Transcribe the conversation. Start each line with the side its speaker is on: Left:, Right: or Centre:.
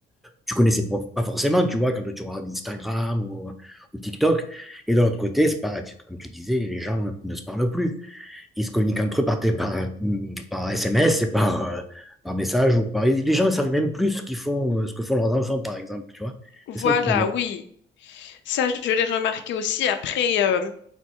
Centre: tu connaissais pas, pas forcément, tu vois, quand tu regardes Instagram ou, ou TikTok. Et de l'autre côté, c'est pareil, tu- comme tu disais, les gens ne se parlent plus. Ils se communiquent entre eux par, té- par, hum, par SMS et par, euh, par message ou par... Les gens ne savent même plus ce qu'ils font, euh, ce que font leurs enfants, par exemple, tu vois.
Left: voilà,
Centre: C'est ça le problème.
Left: oui. Ça, je l'ai remarqué aussi. Après, euh,